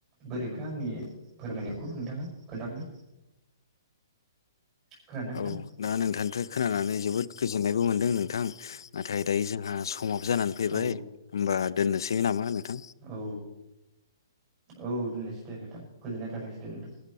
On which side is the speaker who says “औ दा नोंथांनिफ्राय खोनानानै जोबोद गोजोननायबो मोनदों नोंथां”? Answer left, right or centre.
Left